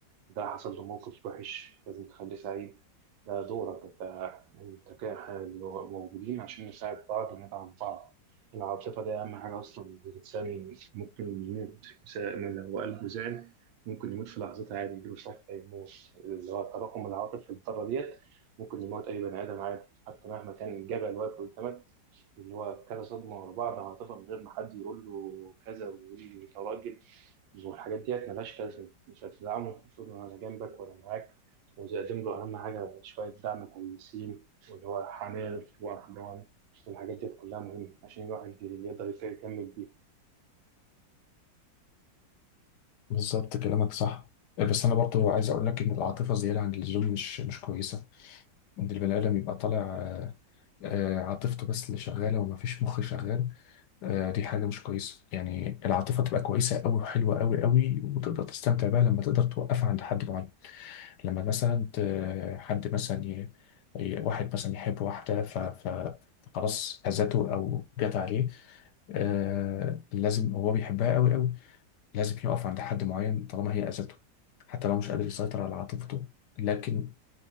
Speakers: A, on the right; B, on the left.
A: ده حصل له موقف وحش لازم تخليه سعيد ده دورك انت انت كده احنا موجودين عشان نساعد بعض وندعم بعض العاطفة دي أهم حاجة أصلا الإنسان ممكن يموت مسا- من- لو قلبه زعل ممكن يموت في لحظتها عادي يجيله سكتة يموت اللي هو تراكم العواطف في الذرة ديت ممكن يموت أي بني آدم عادي حتى مهما كان الجبل واقف قدامك اللي هو كذا صدمة ورا بعض هتبقى من غير ما حد يقول له كذا ويقول له أنت راجل والحاجات ديت ملهاش لازمة مش هتدعمه المفروض إن أنا جنبك وأنا معاك وتقدم له أهم حاجة شوية دعم كويسين واللي هو حنان وحنان والحاجات ديت كلها مهمة عشان الواحد يقدر يكمل بيها.
B: بالظبط كلامك صح آه، بس انا برضو عايز اقول لك ان العاطفه زياده عن اللزوم مش مش كويسه ان البني ادم يبقى طالع آه، آه، عاطفته بس اللي شغاله وما فيش مخ شغال آه، دي حاجه مش كويسه يعني العاطفه تبقى كويسه قوي وحلوه قوي قوي وتقدر تستمتع بيها لما تقدر توقفها عند حد معين لما مثلا ت- حد مثلا ي... ي- واحد مثلا يحب واحده ف... ف... فخلاص اذته او جت عليه آه لازم هو بيحبها قوي قوي لازم يقف عند حد معين طالما هي أذته حتى لو مش قادر يسيطر على عاطفته لكن